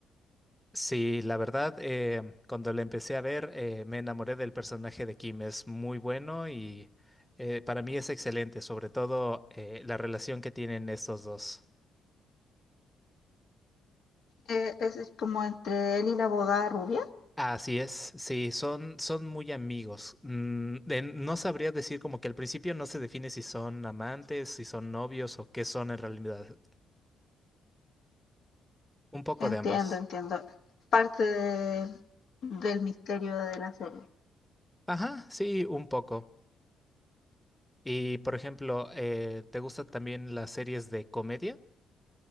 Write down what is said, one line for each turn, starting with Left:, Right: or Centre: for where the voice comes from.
Centre: Sí, la verdad, eh, cuando la empecé a ver, eh, me enamoré del personaje de Kim. Es muy bueno y eh, para mí es excelente, sobre todo eh, la relación que tienen estos dos.
Left: Eh, es es como entre él y la abogada rubia.
Centre: Así es, sí, son, son muy amigos. Mm, de- no sabría decir como que al principio no se define si son amantes, si son novios o qué son en realidad. Un poco
Left: Entiendo,
Centre: de ambos.
Left: entiendo. Parte de- del misterio de la serie.
Centre: Ajá, sí, un poco. Y por ejemplo, eh, ¿te gustan también las series de comedia?